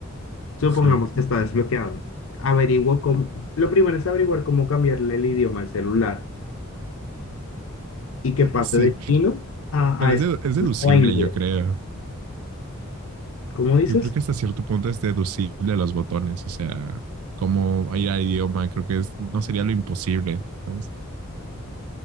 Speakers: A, on the left; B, on the right.
A: Supongamos
B: Sí.
A: que está desbloqueado. Averiguo cómo, lo primero es averiguar cómo cambiarle el idioma al celular y que pase
B: Sí.
A: de chino a,
B: Pero
A: a
B: es,
A: español
B: dedu- es deducible,
A: o a inglés,
B: yo creo.
A: ¿cómo dices?
B: Yo creo que hasta cierto punto es deducible los botones. O sea, cómo ir al idioma, creo que es, no sería lo imposible, ¿sabes?